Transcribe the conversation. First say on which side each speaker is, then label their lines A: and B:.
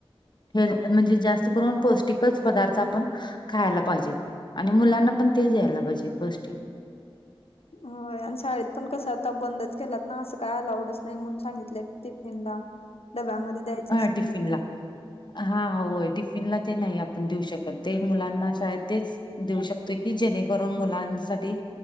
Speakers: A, on the left; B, on the left.
A: हेल् म्हणजे जास्त करून पौष्टिकच पदार्थ आपण खायला पाहिजेत आणि मुलांना पण ते द्यायला पाहिजे पोष्टीक-
B: होय आणि शाळेत पण कसं आता बंदच केलात ना असं काय अलाऊडच नाही म्हणून सांगितले. टिफिन ला डब्यामध्ये द्यायचच
A: हा
B: नाही.
A: टिफिनला हा होय टिफिनला ते नाही आपण देऊ शकत ते मुलांना शाळेत तेच देऊ शकतो की जेणेकरून मुलांसाठी